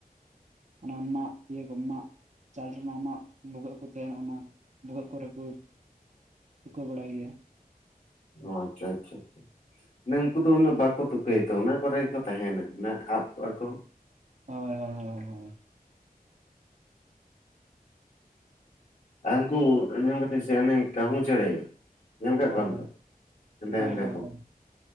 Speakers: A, on the right; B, on the left.
A: ᱚᱱᱟ ᱢᱟᱜ ᱤᱭᱟᱹ ᱫᱚ ᱢᱟᱜ ᱪᱟᱞ ᱨᱮᱱᱟᱜ ᱟᱢᱟᱜ ᱵᱷᱩᱜᱟᱹᱜ ᱨᱮ ᱠᱚ ᱛᱟᱸᱦᱮᱸᱱ ᱚᱱᱟ ᱵᱷᱩᱜᱟᱹᱜ ᱠᱚᱨᱮ ᱠᱩ ᱛᱩᱠᱟᱹ ᱵᱟᱲᱟᱭ ᱜᱮᱭᱟ᱾
B: ᱚ ᱟᱪᱪᱷᱟ ᱟᱪᱪᱷᱟ᱾ ᱢᱮᱱ ᱩᱱᱠᱩ ᱫᱚ ᱩᱱᱟᱹᱜ ᱵᱟᱠᱚ ᱛᱩᱠᱟᱹᱭ ᱛᱚ ᱚᱱᱟ ᱠᱚᱨᱮ ᱜᱮᱠᱚ ᱛᱟᱸᱦᱮᱸᱱᱟ ᱚᱱᱟ ᱟᱵ ᱠᱚᱜ-ᱟ ᱠᱚ᱾
A: ᱦᱳᱭ ᱦᱳᱭ ᱦᱳᱭ ᱦᱳᱭ᱾
B: ᱟᱱᱠᱩ ᱟᱵᱷᱮᱱ ᱠᱟᱛᱮᱫ ᱥᱮ ᱚᱱᱮ ᱠᱟᱹᱦᱩ ᱪᱮᱬᱮ᱾ ᱧᱮᱞ ᱠᱟᱜ
A: ᱦᱳᱭ
B: ᱠᱚᱣᱟᱢ
A: ᱦᱳᱭ
B: ᱛᱚ ᱦᱮᱸᱫᱮ
A: ᱦᱳᱭ
B: ᱦᱮᱸᱫᱮ
A: ᱦᱳᱭ ᱦᱳᱭ ᱦᱳᱭ
B: ᱠᱚ
A: ᱦᱳᱭ ᱦᱳᱭ